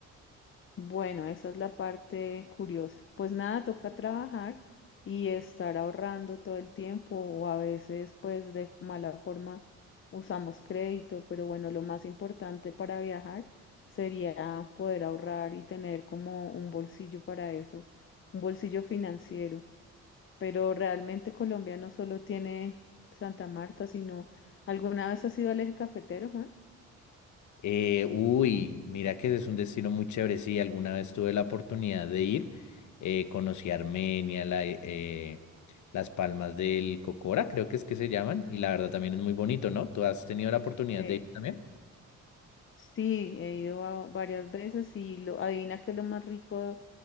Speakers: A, on the left (about 40°); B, on the left (about 70°).
A: Bueno, esa es la parte curiosa. Pues nada, toca trabajar y estar ahorrando todo el tiempo o a veces pues de mala forma usamos crédito, pero bueno, lo más importante para viajar sería poder ahorrar y tener como un bolsillo para eso, un bolsillo financiero. Pero realmente Colombia no solo tiene Santa Marta, sino ¿alguna vez has ido al Eje Cafetero, Juan?
B: Eh, uy, mira que ese es un destino muy chévere. Sí, alguna vez tuve la oportunidad de ir. eh, conocí Armenia, la, eh, las Palmas del Cocora, creo que es que se llaman. Y la verdad también es muy bonito, ¿no? ¿Tú has tenido la oportunidad
A: Sí.
B: de ir también?
A: Sí, he ido a- varias veces y lo, adivina qué es lo más rico